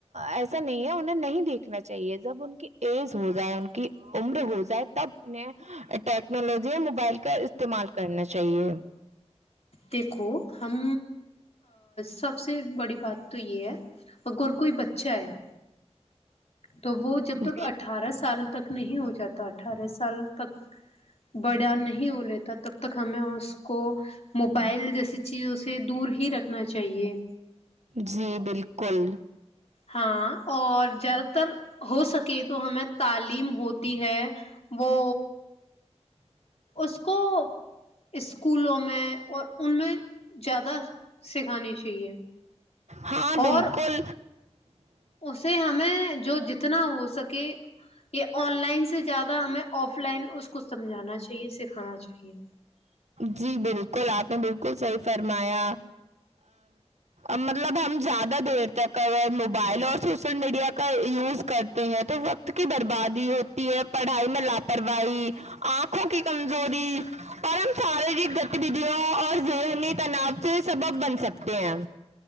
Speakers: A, on the right; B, on the left.
A: ایسا نہیں ہے انہیں نہیں دیکھنا چاہیے جب ان کی ایج ہو جائے ان کی عمر ہو جائے تب انہیں ٹیکنالوجی اور موبائل کا استعمال کرنا چاہیے
B: دیکھو ہم سب سے بڑی بات تو یہ ہے اگر کوئی بچہ ہے تو وہ جب
A: جی
B: تک اٹھارہ سال تک نہیں ہو جاتا اٹھارہ سال تک بڑا نہیں ہو لیتا تب تک ہمیں اس کو موبائل جیسی چیزوں سے دور ہی رکھنا چاہیے
A: جی بالکل
B: ہاں اور زیادہ تر ہو سکے تو ہمیں تعلیم ہوتی ہے وہ اس کو اسکولوں میں اور ان میں زیادہ سے کھانی چاہیے
A: ہاں بالکل
B: اور اسے ہمیں جو جتنا ہو سکے یہ آن لائن سے زیادہ ہمیں آف لائن اس کو سمجھانا چاہیے سکھانا چاہیے
A: جی بالکل آپ نے بالکل صحیح فرمایا مطلب ہم زیادہ دیر تک ا موبائل اور شوشل میڈیا کا یوز کرتے ہیں تو وقت کی بربادی ہوتی ہے پڑھائی میں لاپرواہی آنکھوں کی کمزوری اور ہم شاریرک گتیودیا اور ذہنی تناؤ سے سبب بن سکتے ہیں